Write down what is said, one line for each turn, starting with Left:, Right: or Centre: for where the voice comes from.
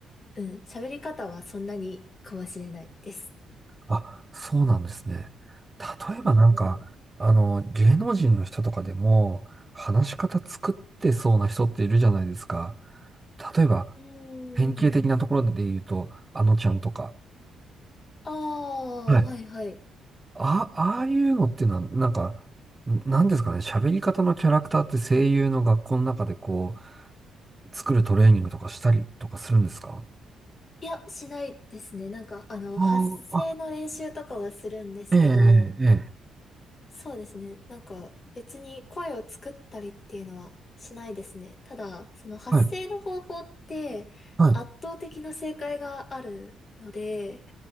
Left: うん、喋り方はそんなにかもしれないです。
Right: あ、そうなんですね。例えばなんか、
Left: うん。
Right: あの、芸能人の人とかでも、話し方作ってそうな人っているじゃないですか。例えば、
Left: うん。
Right: 典型的なところで言うと、あのちゃんとか。
Left: ああ、
Right: はい。
Left: はいはい。
Right: あ、ああいうのっていうのは、なんか、なんですかね、喋り方のキャラクターって声優の学校の中でこう、作るトレーニングとかしたりとかするんですか
Left: いや、しないですね。なんか、あの、
Right: あーあ、
Left: 発声の練習とかはするんですけど、
Right: ええ、ええ、ええ
Left: そうですね。なんか別に声を作ったりっていうのはしないですね。ただ、その発声の方法って圧倒的な正解があるので、
Right: はい、は